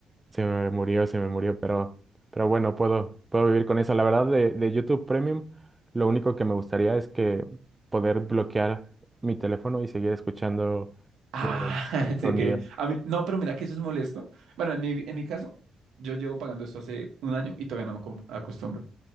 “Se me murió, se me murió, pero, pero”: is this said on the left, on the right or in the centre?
Right